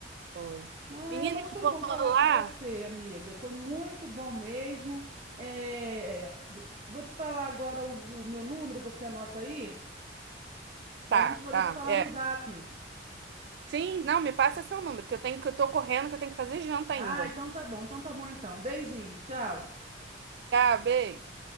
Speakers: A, on the right (about 60°); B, on the right (about 40°).
A: foi.
B: É,
A: Menina,
B: mas
A: eu
B: foi
A: vou
B: bom falar
A: lá.
B: com você, amiga. Foi muito bom mesmo. É, d- vou te falar agora o, o meu número, você anota aí, para
A: Tá,
B: a gente poder
A: tá,
B: se falar
A: é.
B: no Zap.
A: Sim, não, me passa seu número, que eu tenho que eu tô correndo, que eu tenho que fazer janta
B: Ah,
A: ainda.
B: então tá bom, então tá bom então. Beijinho, tchau.
A: Tá, beijo.